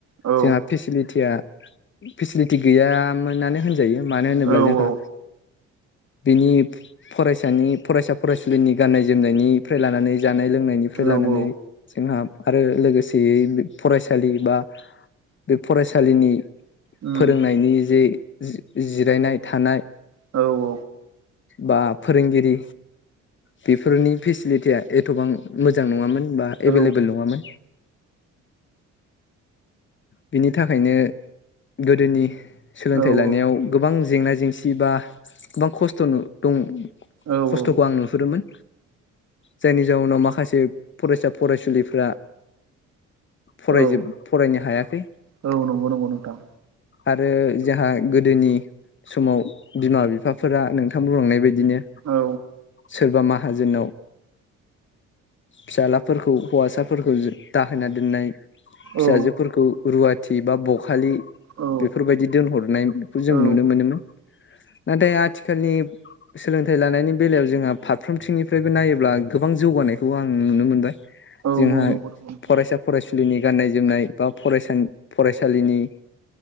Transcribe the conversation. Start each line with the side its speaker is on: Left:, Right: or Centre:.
Right: औ
Left: जोहा फेसिलिटिया फेसिलिटि गैया मोननानै होन जायो मानो होनोब्ला
Right: औ
Left: जोंहा बिनि फरायसानि फरायसा फरायसुलिनि गाननाय जोमनायनिफ्राय लानानै जानाय लोंनाय निफ्राय
Right: औ
Left: लानानै
Right: औ
Left: जोंहा आरो लोगोसेयै फरायसालि बा बे फरायसालिनि
Right: उम
Left: फोरोंनायनि जे जि-जिरायनाय थानाय
Right: औ।
Left: बा फोरोंगिरि बेफोरनि फेसिलिटिया एथ'बां मोजां नङामोन बा
Right: औ
Left: एभेलेबोल नङामोन। बिनि थाखायनो गोदोनि सोलोंथाइ
Right: औ
Left: लानायाव गोबां जेंना जेंसि बा गोबां खस्थ'नो दं।
Right: औ
Left: खस्थ'खौ
Right: औ
Left: आं नुहुरोमोन। जायनि जाउनाव माखासे फरायसा फरायसुलिफ्रा फरायजोब
Right: औ
Left: फरायनो हायाखै।
Right: औ नंगौ नंगौ नोंथां।
Left: आरो जोहा गोदोनि समाव बिमा बिफा फोरा नोंथां बुंलांनाय बायदिनो
Right: औ
Left: सोरबा माहाजोननाव फिसालाफोरखौ हौवासाफोरखौ जो दाहोना दोननाय फिसाजोफोरखौ
Right: औ
Left: रुवाथि बा बखालि
Right: औ
Left: बेफोरबायदि दोनहरनाय जों
Right: औ
Left: नुनो मोनोमोन। नाथाय आथिखालनि सोलोंथाइ लानायनि बेलायाव जोंहा फारफ्रोमथिंनिफ्रायबो नायोब्ला गोबां जौगानायखौ आं नुनो मोनो।
Right: औ
Left: जोंहा
Right: नंगौ नंगौ नोंथां
Left: फरायसा फरायसुलिनि गाननाय जोमनाय बा फरायसानि फरायसालिनि